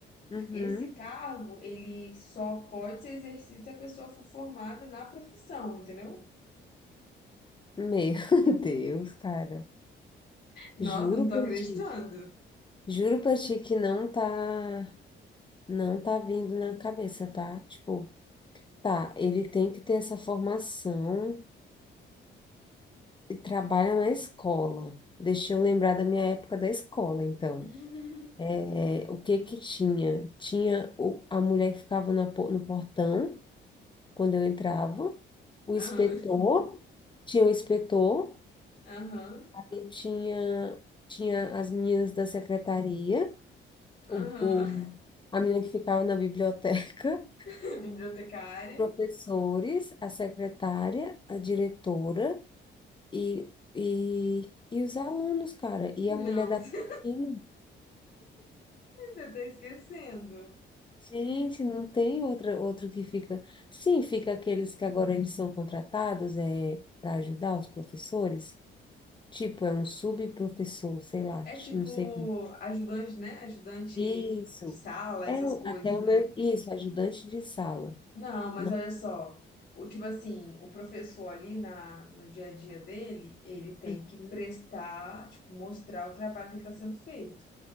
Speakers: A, on the left; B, on the left.
A: Uhum.
B: Esse cargo, ele só pode ser exercido se a pessoa for formada na profissão, entendeu?
A: Meu <laughs> Deus, cara.
B: Nossa,
A: Juro
B: eu não tô
A: pra
B: acreditando.
A: ti. Juro pra ti que não tá, não tá vindo na cabeça, tá? Tipo, tá, ele tem que ter essa formação e trabalha na escola. Deixa eu lembrar da minha época da escola, então.
B: <laughs>
A: É, o que que tinha? Tinha o- a mulher que ficava na po- no portão, quando eu entrava, o
B: Aham,
A: inspetor, tinha o inspetor,
B: aham,
A: e tinha, tinha as meninas da secretaria,
B: aham.
A: o, o- a menina que ficava na biblioteca,
B: <laughs> Bibliotecária?
A: professores, a secretária, a diretora e, e, e os alunos, cara. E
B: Não,
A: a mulher da
B: <laughs>
A: cantina.
B: você tá esquecendo.
A: Gente, não tem outra, outro que fica. Sim, fica aqueles que agora eles são contratados é, para ajudar os professores. Tipo, é um subprofessor, sei lá,
B: É tipo
A: não sei. como-
B: ajudante, né? Ajudante
A: Isso.
B: de sala, essas
A: É
B: coisas,
A: até o
B: né?
A: meu. Isso, ajudante de sala.
B: Não, mas
A: Não.
B: olha só, o tipo assim, o professor ali na, no dia a dia dele, ele tem
A: Uhum.
B: que prestar, tipo, mostrar o trabalho que está sendo feito.